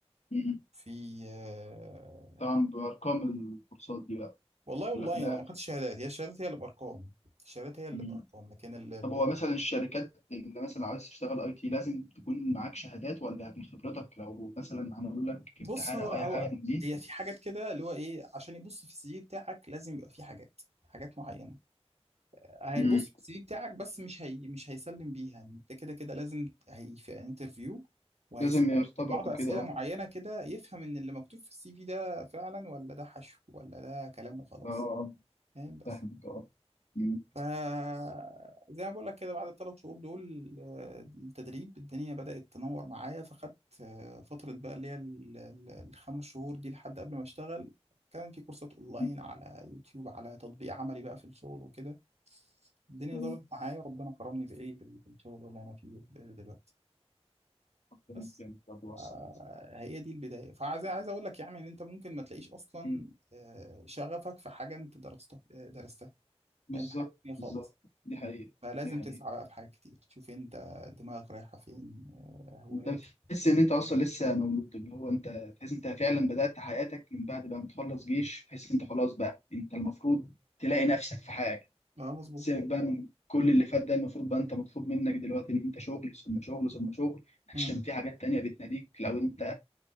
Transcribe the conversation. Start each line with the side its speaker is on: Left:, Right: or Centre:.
Left: مم.
Right: في آه،
Left: طبعا بارقام الكورسات دي بقى
Right: والله والله
Left: ولا كلها
Right: انا ما خدتش شهادات هي الشهادات هي اللي بارقام الشهادات هي اللي
Left: مم.
Right: بارقام لكن ال... ال-
Left: طب هو مثلا الشركات اللي مثلا عايز تشتغل اي تي لازم تكون معاك شهادات ولا من خبرتك لو مثلا عملوا لك
Right: بص
Left: امتحان
Right: هو
Left: او
Right: هو
Left: اي حاجه من دي
Right: هي في حاجات كده اللي هو ايه عشان يبص في السي في بتاعك لازم يبقى في حاجات حاجات معينه هيبص
Left: مم.
Right: في السي في بتاعك بس مش هي مش هيسلم بيها يعني انت كده كده لازم هي في انترفيو وهيسالك
Left: لازم يختبرك
Right: في بعض
Left: وكده
Right: اسئله
Left: اه
Right: معينه كده يفهم ان اللي مكتوب في السي في ده فعلا ولا ده حشو ولا ده كلام وخلاص
Left: اه آه.
Right: فاهم بس
Left: فاهمك اه مم.
Right: فزي ما بقول لك كده بعد الثلاث شهور دول آه، التدريب الدنيا بدأت تنور معايا فخدت آه، فترة بقى اللي هي ال- ال- الخمس شهور دي لحد قبل ما اشتغل كان في كورسات اونلاين
Left: مم.
Right: على يوتيوب على تطبيق عملي بقى في الشغل وكده الدنيا
Left: أيوة.
Right: ظبطت معايا ربنا كرمني بايه بال- بالشغل اللي انا فيه دل- دلوقتي
Left: ربنا
Right: بس
Left: يكرمك ربنا يوسع
Right: آه،
Left: عليك.
Right: هي دي البداية فعايز عايز اقول لك يعني ان انت ممكن ما تلاقيش اصلا
Left: مم.
Right: آه، شغفك في حاجة انت درستها آه، درستها
Left: بالظبط
Right: آه، في حاجة تانية
Left: بالظبط
Right: خالص
Left: دي حقيقة
Right: فلازم
Left: دي حقيقة
Right: تسعى بقى في حاجات كتير تشوف انت دماغك رايحة فين آه، هواياتك
Left: انت بتحس ان انت اصلا لسه مولود اللي هو انت تحس انت فعلا بدأت حياتك من بعد بقى ما تخلص جيش تحس
Right: إيه.
Left: انت خلاص بقى انت المفروض تلاقي نفسك في حاجه
Right: اه مظبوط
Left: سيبك بقى من كل اللي فات ده المفروض بقى انت مطلوب منك دلوقتي ان انت شغل ثم شغل ثم شغل عشان
Right: مم.
Left: في حاجات تانية بتناديك لو انت